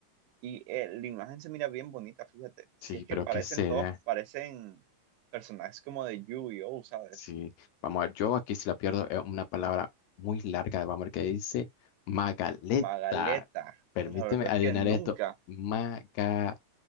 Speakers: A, on the right (about 85°); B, on the left (about 75°).
A: Y eh, la imagen se mira bien bonita, fíjate. Si
B: sí,
A: es que
B: pero
A: parecen
B: ¿qué será?
A: todos, parecen personajes como de Yu-Gi-Oh, ¿sabes?
B: Sí, vamos a ver, yo aquí si la pierdo es una palabra muy larga, vamos a ver qué dice. Magaleta,
A: Magaleta.
B: permíteme
A: La verdad
B: adivinar
A: es que nunca.
B: esto. Magaleta.